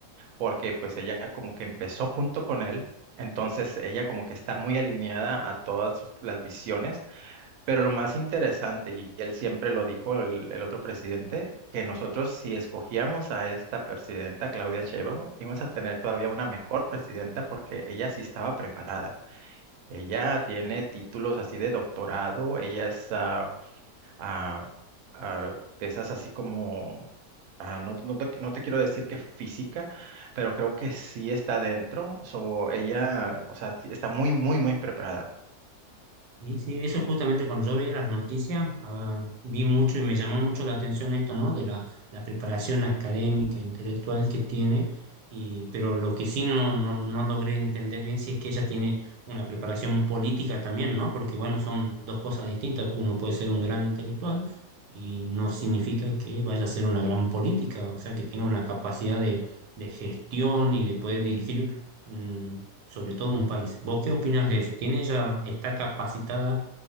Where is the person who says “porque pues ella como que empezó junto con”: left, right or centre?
Right